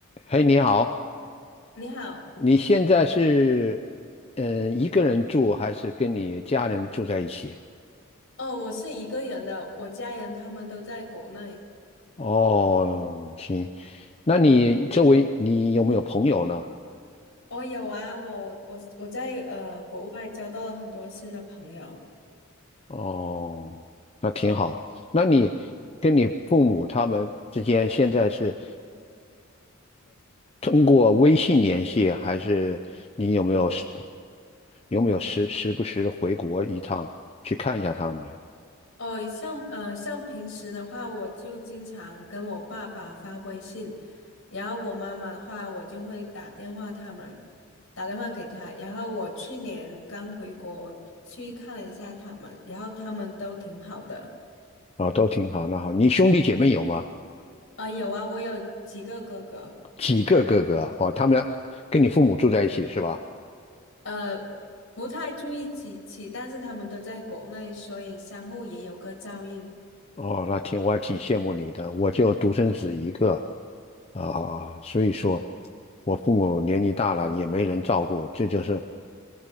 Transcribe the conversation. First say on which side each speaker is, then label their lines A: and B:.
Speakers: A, on the left; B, on the left.
A: 嘿，你好，
B: 你好，
A: 你现在是嗯、呃一个人住还是跟你家人住在一起？
B: 哦，我是一个人的，我家人他们都在国内。
A: 哦，行，那你周围你有没有朋友呢？
B: 哦，有啊，我我我在呃国外交到了很多新的朋友。
A: 哦，那挺好。那你跟你父母他们之间现在是通过微信联系，还是你有没有时有没有时时不时地回国一趟去看一下他们呢？
B: 哦，像呃像平时的话，我就经常跟我爸爸发微信，然后我妈妈的话，我就会打电话他们，打电话给他。然后我去年刚回国去看了一下他们，然后他们都挺好的。
A: 哦，都挺好。那好，你兄弟姐妹有吗？
B: 啊、有啊，我有几个哥哥。
A: 几个哥哥啊哦，他们跟你父母住在一起是吧？
B: 呃，不太注意起起，但是他们都在国内，所以相互也有个照应。
A: 哦，那挺我还挺羡慕你的，我就独生子一个啊，所以说我父母年纪大了也没人照顾，这就是